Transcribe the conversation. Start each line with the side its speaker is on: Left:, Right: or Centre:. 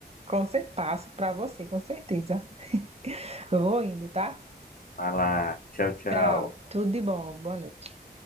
Right: Com certeza, passo para você, com certeza. Eu vou indo, tá?
Left: Vai lá, tchau, tchau.
Right: Tchau, tudo de bom, boa noite.